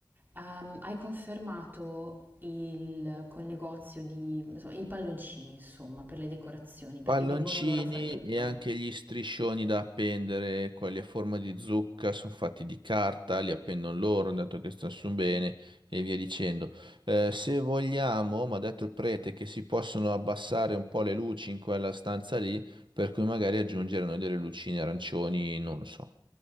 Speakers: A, on the right; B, on the right.
A: Ehm, hai confermato il, col negozio di, insomma, i palloncini, insomma, per le decorazioni, perché
B: Palloncini
A: vengono loro a fare tutto.
B: e anche gli striscioni da appendere, quelli a forma di zucca, sono fatti di carta, li appendono loro, dato che stanno su bene e via dicendo. Eh, se vogliamo, mi ha detto il prete, che si possono abbassare un po' le luci in quella stanza lì, per cui magari aggiungere noi delle lucine arancioni, non lo so.